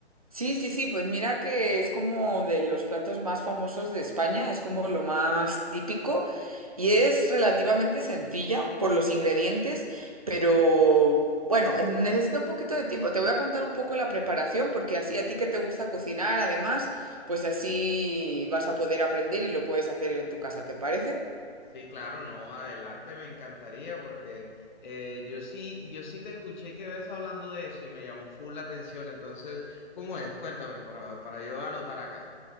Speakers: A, on the right; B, on the left.
A: Sí, sí, sí, pues mira que es como de los platos más famosos de España, es como lo más típico y es relativamente sencilla por los ingredientes, pero bueno, necesita un poquito de tiempo. Te voy a contar un poco la preparación porque así a ti que te gusta cocinar, además, pues así vas a poder aprender y lo puedes hacer en tu casa, ¿te parece?
B: Sí, claro, no, adelante, me encantaría porque eh, yo sí, yo sí te escuché que ves hablando de eso y me llamó full la atención. Entonces, ¿cómo es? Cuéntame para, para yo anotar acá.